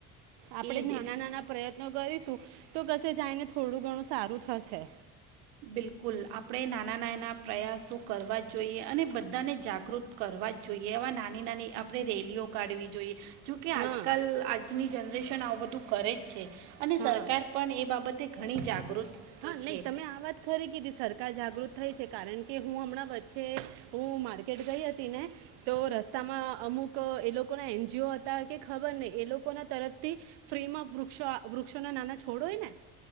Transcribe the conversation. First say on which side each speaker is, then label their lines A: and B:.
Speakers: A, on the right (about 65°); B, on the right (about 80°).
A: આપડે
B: એ જ
A: નાના નાના પ્રયત્નો કરીશું તો કશે જઈને થોડું ઘણું સારું થશે.
B: બિલકુલ આપણેે નાના નાના પ્રયાસો કરવા જોઈએ અને બધાને જાગૃત કરવા જ જોઈએ એવા નાની નાની આપણે રેલીઓ કાઢવી જોઈએ. જોકે આજ
A: હા
B: કલ આજની જન ઓપરેશન આવું બધું કરે જ છે અને
A: હા
B: સરકાર પણ એ બાબત ઘણી જાગૃત
A: હા નહી
B: છે
A: તમે આ વાત ખરી કીધી સરકાર જાગૃત થઈ છે કારણ કે હું હમણાં વચ્ચે, હું માર્કેટ ગઈ હતી ને, તો રસ્તામાં અમુક એ લોકોના એનજીઓ હતા કે ખબર નને એ લોકો ના તરફથી, ફ્રીમાં વૃક્ષો વૃક્ષો ના નાના છોડોય ને